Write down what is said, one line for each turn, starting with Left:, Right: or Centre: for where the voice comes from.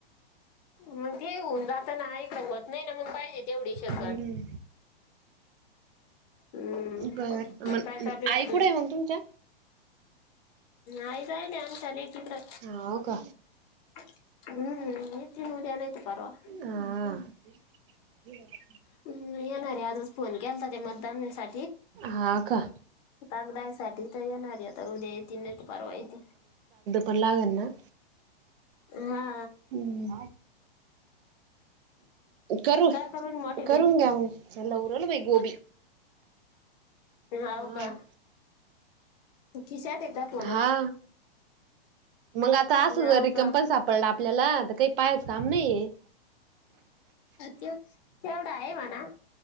Left: मग तेऊन जाताना रंगवत नाही ना मग पाहिजे तेवढी शगत.
Right: हम्म.
Left: हम्म
Right: बर मग
Left: काय चालू
Right: आई
Left: अजून?
Right: कुठे आहे मग तुमच्या.
Left: य कायले आम ल एकित्र
Right: हो का
Left: हम्. त उद्या नाही येत परवा.
Right: हा <inaudible>
Left: हम्म येणारे आजच फोन केला तर ते मतदान सा.
Right: हा का
Left: कागदायसाठी तर येणार आता उद्या येत नाही त परवा येते.
Right: पलागर ना.
Left: हा.
Right: हम्म करू
Left: काय राहिली मोठी बहीण?
Right: करून घ्या मला उरल बे. गोबी.
Left: होव
Right: हा
Left: का. खिश्याात यदा फोन.
Right: हा मग आता अस
Left: हाव
Right: ज र
Left: का
Right: कंपल सापडला. आपल्याला आता काही पायाच काम नाही आहे.
Left: ते तेवढा आहे म्हणा.